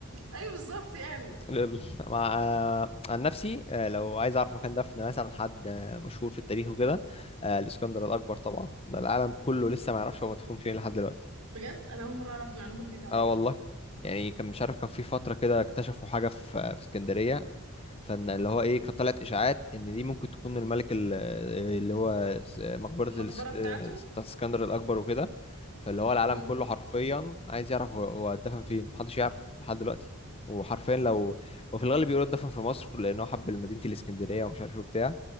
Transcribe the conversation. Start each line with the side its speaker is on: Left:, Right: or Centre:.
Right: أيوه بالظبط يعني
Left: لل- مع آه، عن نفسي آه، لو عايز اعرف مكان دفن مثلا حد آه، مشهور في التاريخ وكده آه، الاسكندر الاكبر طبعا ده العالم كله لسه ما يعرفش هو مدفون فين لحد دلوقتي
Right: بجد انا اول مره اعرف دي معلومه جديده عليا
Left: اه والله
Right: قوي
Left: يعني كان مش عارف كان في فترة كده اكتشفوا حاجة في في اسكندرية فان اللي هو ايه كانت طلعت اشاعات ان دي ممكن تكون الملك ال- اللي هو س- مقبرة
Right: المقبره
Left: الاس-
Right: بتاعته
Left: آه، اسكندر الاكبر وكده فاللي هو العالم
Right: مم.
Left: كله حرفيا عايز يعرف هو هو اتدفن فين محدش يعرف لحد دلوقتي وحرفيا لو وفي الغالب بيقولوا اتدفن في مصر لانه حب مدينة الاسكندرية ومش عارف ايه وبتاع